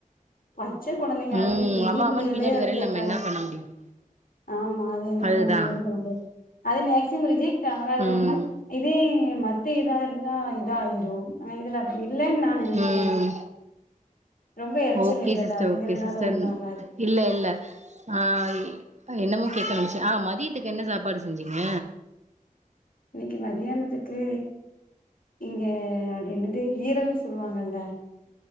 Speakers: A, on the left; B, on the right.
A: பச்ச கொழந்தைங்க
B: உம்
A: அதுங்க பெரிய
B: அம்மா
A: பிள்ளைகளே
B: அம்மான்னு பின்னாடி
A: அத
B: வரையில
A: கேக்காது
B: நம்ம என்ன பண்ண முடியும்
A: ஆமா
B: அதுதா
A: <unintelligible> அது மேக்ஸ் திமுருஜி <unintelligible> அது
B: ம்
A: ரொம்ப இதே மத் த்த இதா இருந்தா இதாயிரும் இதுல அப்டி இல்லன்னு நா நெனைக்கிறே
B: ம்
A: ரொம்ப எரச்சல்
B: ஓகே
A: இல்லல்ல
B: சிஸ்டர்
A: அப்டிங்கறதுனால
B: ஓகே சிஸ்டர்
A: ஒண்ணு ஆகாது
B: இல்ல இல்ல ஆஹ்ய் அ என்னமோ கேக்க நெனைச்சே ஆஹ் மதியத்துக்கு என்ன சாப்பாடு செஞ்சீங்க
A: இன்னைக்கி மத்தியானத்துக்கு இங்க அது என்னது ஈரல்னு சொல்வாங்கல்ல